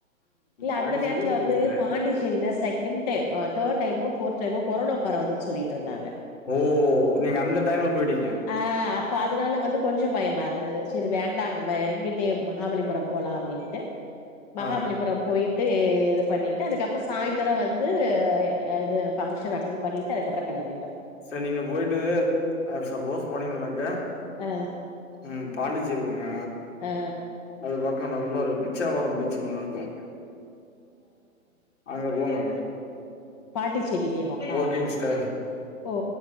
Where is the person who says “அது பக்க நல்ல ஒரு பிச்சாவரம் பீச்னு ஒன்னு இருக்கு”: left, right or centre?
Left